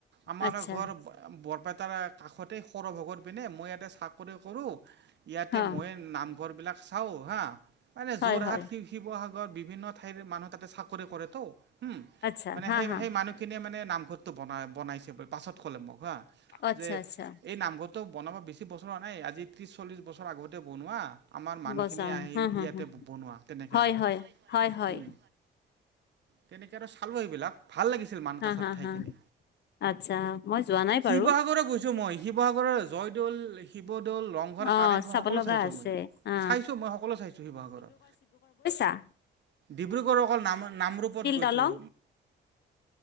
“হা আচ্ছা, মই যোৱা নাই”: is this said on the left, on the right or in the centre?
Left